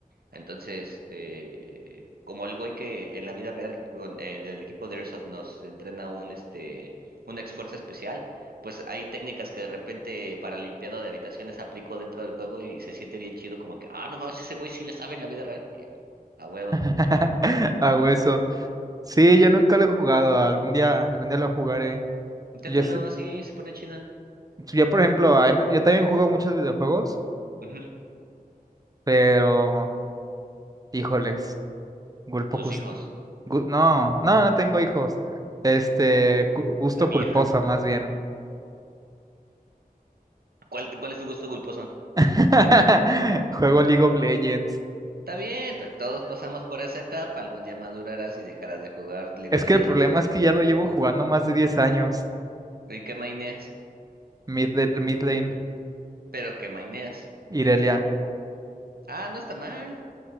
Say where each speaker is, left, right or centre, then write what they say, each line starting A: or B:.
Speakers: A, on the right; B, on the right.
A: Entonces, eh, como el güey que en la vida real con eh, el equipo de Airsoft nos entrena un este una ex fuerza especial, pues hay técnicas que de repente para limpiado de habitaciones aplico dentro del juego y se siente bien chido como que, ah, no mames, ese güey sí le sabe en la vida real. Y yo, a huevo.
B: <laughs> Hago eso. Sí, yo nunca lo he jugado. Algún día, algún día lo jugaré.
A: Inténtalo,
B: Yo, sé-
A: sí, se pone chida.
B: yo por ejemplo, a mí me- yo también juego muchos videojuegos,
A: Ujú.
B: pero, híjoles, culpo,
A: Los
B: cus-
A: hijos,
B: gu- no, no, no tengo hijos. Este, cu- gusto
A: la vieja.
B: culposo, más bien.
A: ¿Cuál, cuál es tu gusto culposo?
B: <laughs> Juego League of Legends.
A: Está bien, pero todos pasamos por esa etapa. Algún día madurarás y dejarás de jugar League
B: Es
A: of
B: que
A: Legends
B: el problema
A: y,
B: es que ya lo llevo jugando más de 10 años.
A: y que maineas.
B: Mid, de- mid lane,
A: Pero que maineas.
B: Irelia.
A: Ah, no está mal.